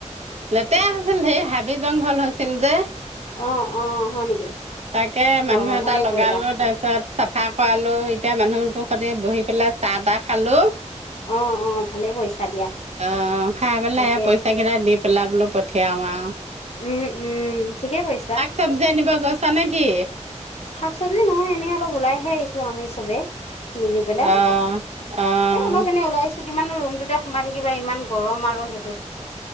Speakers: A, on the right (about 60°); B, on the left (about 60°).
A: লেতেৰা হৈছিল ঢেই হাবি জংঘল হৈছিল যে৷
B: অ অ হয় নেকি
A: তাকে মানুহ
B: অ
A: এটা
B: ভালে
A: লগালোঁ
B: কৰিলা
A: তাৰপিছত চাফা কৰালোঁ, এতিয়া মানুহটো সৈতে বহি পেলাই চাহ তাহ খালোঁ৷
B: অ অ ভালে কৰিছা দিয়া
A: অ', খাই পেলাই
B: তাকে
A: এই পইচা কেইটা দি পেলাই বোলো পঠিয়াওঁ আৰু৷
B: উম, উম, ঠিকে কৰিছা৷
A: চব্জি আনিব গৈছা নে কি?
B: শাক-চব্জি নহয় এনেই অলপ ওলাইহে আহিছোঁ আমি চবে৷ মিলি পেলাই,
A: অ', অ',
B: এ অলপ এনে ওলাই আহিছোঁ৷ কিমাননো ৰুমটোতে সোমাই থাকিবা ইমান গৰম আৰু সেই